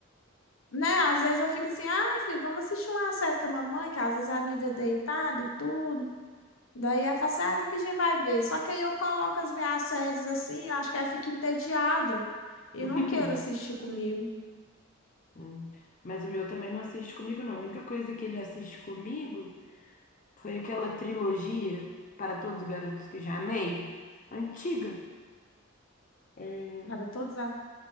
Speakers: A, on the left (about 70°); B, on the left (about 40°).
A: né? Às vezes eu fico assim, ai, filho, vamos assistir uma série com a mamãe, que às vezes ela me vê deitada e tudo. Daí ela fala assim, ah, o que que a gente vai ver? Só que aí eu coloco as minhas séries assim, eu acho que ela fica entediada e
B: <laughs>
A: não quer assistir comigo.
B: Hum. Mas o meu também não assiste comigo, não. A única coisa que ele assiste comigo foi aquela trilogia Para Todos os Garotos que Já Amei, antiga. É,
A: Era todas a...